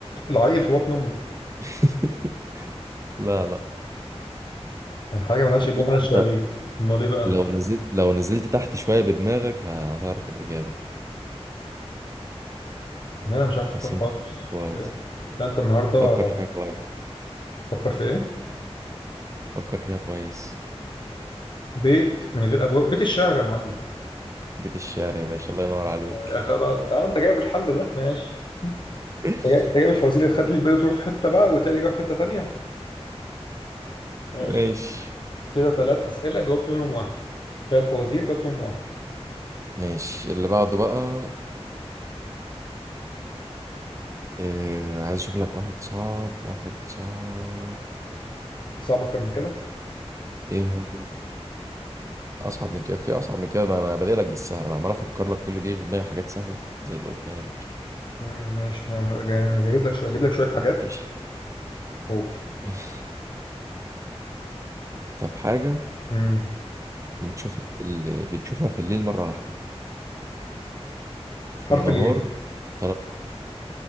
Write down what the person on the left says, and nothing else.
العيل في بطن امه
حاجه ملهاش
ابواب
ملهاش
شبابيك امال ايه بقى
لا انا مش عارف
افكر
خالص
إيه؟ لا انت النهارده
فكر في ايه
بيت من غير ابواب بيت الشعر يا معلم
آه،
يا خرابي انت انت جايب الحل ده ماشي
جاي- انت جايب الفوازير اللي تخلي الباقي تروح في حته بقى وتلاقي الاجابه في حته تانيه ماشي
كده ثلاث اسئله جاوبت منهم واحد ثلاث فوازير جاوبت منهم واحد
صعب اكتر من كده
مم، ماشي انا هجا- هجهز لك شويه هجيب لك شويه حاجات
قول
مم.
حرف
الياء